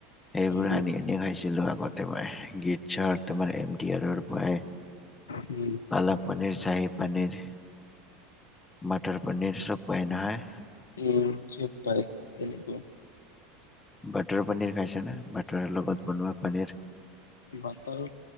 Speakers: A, on the left; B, on the left.
A: এইেইবোৰ
B: উম
A: আনি আনি খাইছিলো আগতে মই গীত চাৰ ত তোমাৰ এম টি আৰৰ পৰাই
B: উম
A: পালক পনীৰ শাহী পনীৰ মটৰ পনীৰ চব পাই নহয়
B: উম চব পাৰে তেনেকুৱা
A: বটৰ পনিৰ খাইছে ন বাটাৰ লগত বনোৱা পনীৰ
B: বাটাৰ